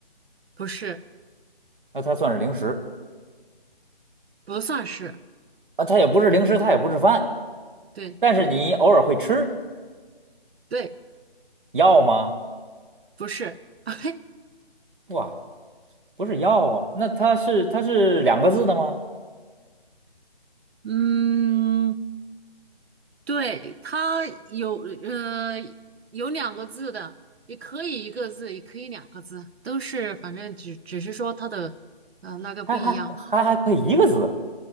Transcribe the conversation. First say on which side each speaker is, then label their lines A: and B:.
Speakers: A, on the right (about 80°); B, on the right (about 55°).
A: 不是，
B: 那它算是零食
A: 不算是。
B: 啊？它也不是零食，它也不是饭，
A: 对
B: 但是你偶尔会吃
A: 对，
B: 药吗？
A: 不是，<laughs>
B: 哇，不是药哦那它是它是两个字的吗？
A: 嗯，对，它有呃有两个字的，也可以一个字，也可以两个字，都是反正只只是说它的呃那个不一样，
B: 还还还还可以一个字，